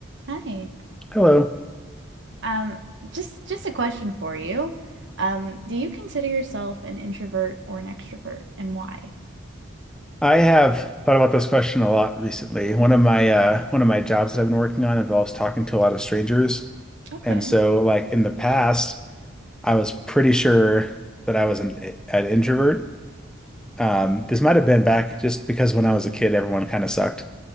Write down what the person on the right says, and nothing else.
Hi.
Um, just just a question for you. Um, do you consider yourself an introvert or an extrovert and why?
Okay.